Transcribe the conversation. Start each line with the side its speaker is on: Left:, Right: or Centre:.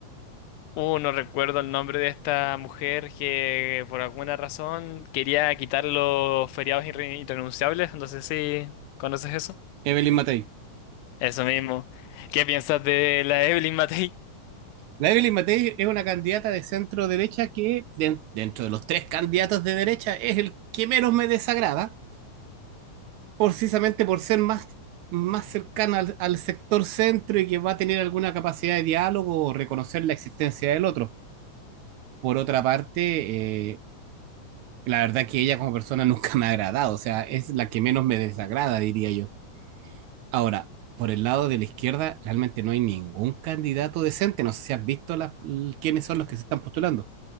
Left: Uh, no recuerdo el nombre de esta mujer que por alguna razón quería quitar los feriados irre- irrenunciables. No sé si conoces eso.
Right: Evelyn Matei.
Left: Eso mismo. ¿Qué piensas de la Evelyn Matei?
Right: La Evelyn Matei es una candidata de centro derecha que, de- dentro de los tres candidatos de derecha, es el que menos me desagrada, precisamente por ser más, más cercana al, al sector centro y que va a tener alguna capacidad de diálogo o reconocer la existencia del otro. Por otra parte, eh, la verdad que ella como persona nunca me ha agradado, o sea, es la que menos me desagrada, diría yo. Ahora, por el lado de la izquierda, realmente no hay ningún candidato decente, no sé si has visto las- quiénes son los que se están postulando.